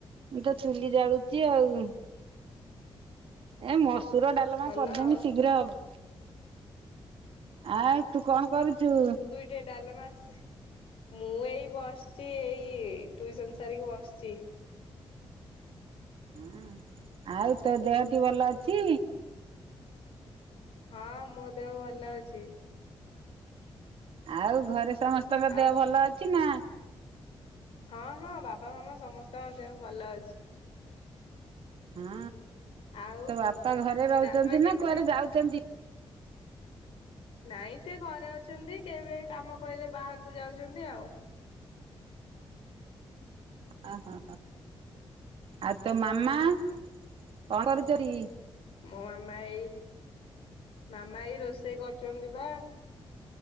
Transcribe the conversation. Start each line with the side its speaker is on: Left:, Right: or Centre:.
Right: ମୁଁ ତ ଚୁଲି ଜାଳୁଚି ଆଉ ଏ ମସୁର ଡାଲମା
Left: ଭଲ
Right: କରିଦେମି
Left: ଆଉ
Right: ଶୀଘ୍ର ହବ ଆଉ ତୁ କଣ କରୁଛୁ?
Left: ଡେ ଡାଲେମା ଆସେ ମୁଁ ଏଇ ବସିଛି। ଏଇ ଟ୍ୟୁସନ ସାରିକି ବସିଛି।
Right: ହଁ ଆଉ ତୋ ଦେହଟି ଭଲ ଅଛି?
Left: ହଁ ମୋ ଦେହ ଭଲ ଅଛି।
Right: ଆଉ ଘରେ ସମସ୍ତଙ୍କ
Left: ଆଉ
Right: ଦେହ ଭଲ ଅଛି ନା
Left: ହଁ ହଁ ବାବା ମାମା ସମସ୍ତଙ୍କ ଦେହ ଭଲ ଅଛି।
Right: ହଁ
Left: ଆଉ
Right: ତୋ ବାପା ଘରେ ରହୁଛନ୍ତି
Left: ଡାଲମା କେମିତି
Right: ନା କୁଆଡେ ଯାଉଛନ୍ତି?
Left: ନାଇଁ ସେ ଘରେ ଅଛନ୍ତି। କେବେ କାମ ପଇଲେ ବାହାରକୁ ଯାଉଛନ୍ତି ଆଉ।
Right: ଓହୋ ଆଉ ତୋ ମାମା କଣ କରୁଛନ୍ତି?
Left: ମୋ ମାମା ଏଇ ମାମା ଏଇ ରୋଷେଇ କରୁଛନ୍ତି ବା।